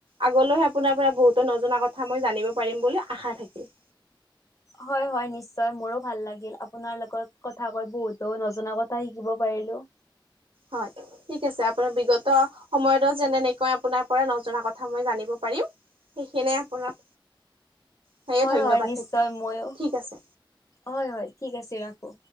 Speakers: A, on the right; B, on the left.
A: আগলৈ আপোনাৰ পৰা বহুতে নজনা কথা মই জানিব পাৰিম বুলি আশা থাকিল।
B: হয় হয় নিশ্চয় মোৰো ভাল লাগিল আপোনাৰ লগত কথা কৈ বহুতো নজনা কথা শিকিব পাৰিলো।
A: হয় ঠিক আছে আপোনাৰ বিগত। সময়তো যেনেকৈ আপোনাৰ পৰা নজনা কথা মই জানিব পাৰিম। সেইখিনিয়ে আপোনাক সেয়ে
B: হয়
A: ধন্যবাদ
B: হয় নিশ্চয়
A: থাকিল
B: ময়ো
A: ঠিক আছে।
B: হয় হয় ঠিক আছে ৰাখো।